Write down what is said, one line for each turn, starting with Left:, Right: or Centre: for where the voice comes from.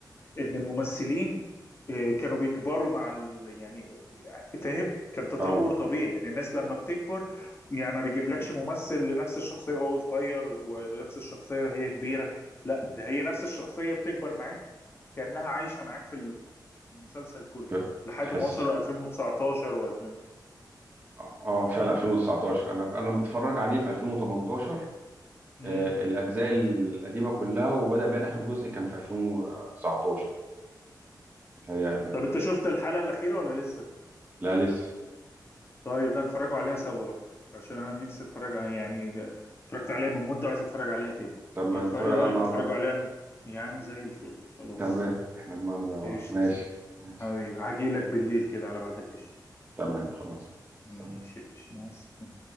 Left: ان الممثلين آه، كانوا بيكبروا مع ال... يعني فاهم كان تطور
Right: اه
Left: طبيعي يعني الناس لما بتكبر يعني ما بيجيبلكش ممثل لنفس الشخصية وهو صغير ونفس الشخصية وهي كبيرة لا ده هي نفس الشخصية بتكبر معاك كأنها عايشة معاك في المسلسل كله
Right: ف-
Left: لحد
Right: تحس
Left: ما وصلوا 2019 و2000
Right: اه آه، فعلا 2019 انا انا متفرج عليه في 2018
Left: مم.
Right: آه، الاجزاء القديمه كلها وبدا بان اخر جزء كان في 2019 متهيألي آه،
Left: طب انت شفت الحلقة الأخيرة ولا لسه؟
Right: لا لسه
Left: طيب لا نتفرجوا عليها سوا بقى عشان انا نفسي اتفرج ع- يعني ده- اتفرجت عليها من مدة وعايز اتفرج عليها تاني
Right: طب ما
Left: ايه تفر-
Right: نتفرج
Left: إيه
Right: عليها
Left: رأيك
Right: النهارده
Left: نتفرجوا عليها ن- يا عم زي الفل خلاص
Right: تمام احنا دماغنا زي بعض
Left: قشط
Right: ماشي ماشي
Left: حبيبي هجيلك بالليل كده على بعد القشط
Right: تمام خلاص سلام
Left: ماشي يا باشا مع السلامة.